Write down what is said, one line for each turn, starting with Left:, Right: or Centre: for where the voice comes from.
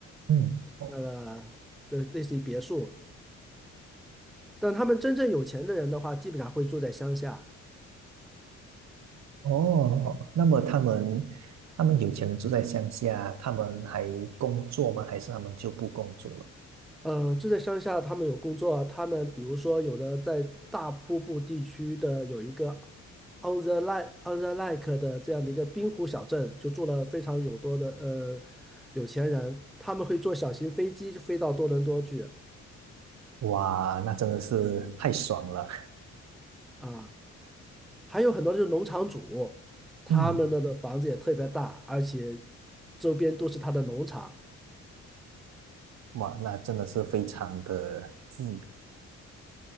Right: 嗯，哦，
Centre: 那个的类似于别墅。但他们真正有钱的人的话，基本上会住在乡下。
Right: 哦，那么他们他们有钱人住在乡下，他们还工作吗？还是他们就不工作了？
Centre: 呃，住在乡下，他们有工作啊，他们比如说有的在大瀑布地区的有一个 On the Lake On the Lake 的这样的一个滨湖小镇，就住了非常有多的呃有钱人，他们会坐小型飞机飞到多伦多去
Right: 哇，那真的是太爽了！
Centre: 啊，还有很多就是农场主，他们的的房子也特别大，
Right: 嗯，
Centre: 而且周边都是他的农场，
Right: 哇，那真的是非常的近。